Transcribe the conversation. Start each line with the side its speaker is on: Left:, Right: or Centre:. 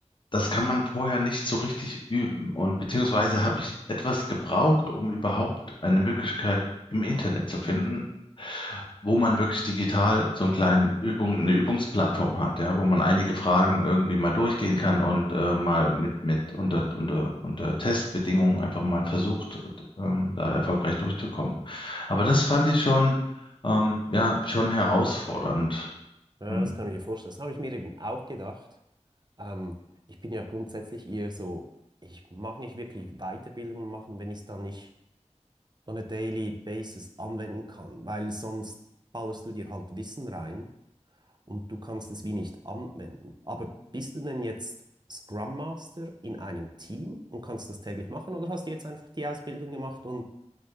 Left: das kann man vorher nicht so richtig üben. Und beziehungsweise habe ich etwas gebraucht, um überhaupt eine Möglichkeit im Internet zu finden, wo man wirklich digital so einen kleinen Übung, eine Übungsplattform hat, ja, wo man einige Fragen
Right: Mhm.
Left: irgendwie mal durchgehen kann und äh, mal mit, mit unter, unter, unter Testbedingungen einfach mal versucht, ähm, da erfolgreich durchzukommen. Aber
Right: Ja,
Left: das fand ich schon, ähm, ja, schon herausfordernd.
Right: Ja,
Left: Und
Right: das kann ich mir vorstellen. Das habe ich mir eben auch gedacht. Ähm, ich bin ja grundsätzlich eher so, ich mag nicht wirklich Weiterbildungen machen, wenn ich es dann nicht on a daily basis anwenden kann, weil sonst ballerst du dir halt Wissen rein und du kannst es wie nicht anwenden. Aber bist du denn jetzt Scrum Master in einem Team und kannst das täglich machen oder hast du jetzt einfach die Ausbildung gemacht und